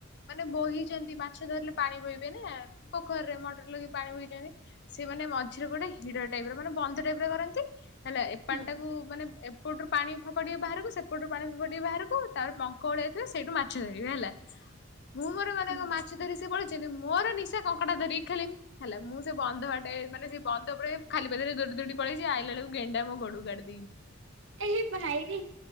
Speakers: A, on the left; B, on the right.
A: ମାନେ ବୋହିଛନ୍ତି, ମାଛ ଧରିଲେ ପାଣି ବୋହିବେ ନା ପୋଖରୀରେ ମଟର ଲଗେଇକି ପାଣି ବଇଛନ୍ତି, ସେ ମାନେ ମଝିରେ ଗୋଟେ ହିଡ ଟାଇପ, ମାନେ ବନ୍ଧ ଟାଇପ ର କରନ୍ତି ହେଲା ଏପଣି
B: ହୁଁ
A: ଟାକୁ ମାନେ ଏପଟରୁ ପାଣି ଫୋପାଡିବେ ଟିକେ ବାହାରକୁ, ସେପଟରୁ ପାଣି ଫୋପାଡ଼ିବେ ବାହାରକୁ, ତାପରେ ପଙ୍କ ଭଳିଆ ଥିବ ସେଇଠୁ ମାଛ ଧରିବେ ହେଲା ମୁଁ ମୋର ମାନେ
B: ହୁଁ
A: ମାଛ ଧରି ସ ସେ ପଳେଇ ମୋର ନିଶା କଙ୍କଟା ଧରିକି ଖେଳିମି, ହେଲା, ମୁଁ ସେ ବନ୍ଧ ଆଟେ ମାନେ ସେ ବନ୍ଧ ପରେ ଖାଲି ପାଦରେ ଦଉଡି ପଳେଇଚି, ଆଇଲା ବେଳକୁ ଗେଣ୍ଡା ମୋ ଗୋଡ଼କୁ କାଟି ଦେଇଛି
B: ଏ ଭାଇରେ